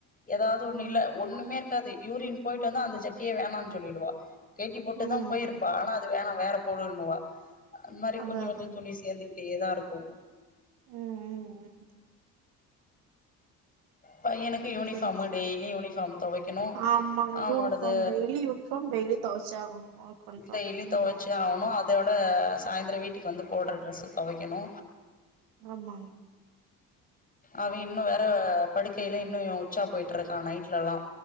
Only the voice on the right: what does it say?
ஆ
ம்
ம்
அதா
அதாங்க
ம் ம் ம் ம்
சேரி சேரி
ஆமாங்க
யூனிஃபார்ம் டெய்லி யூனிஃபார்ம் டெய்லி தொவச்சாகணு அது கன்ஃபார்ம்
ம்
ஆமா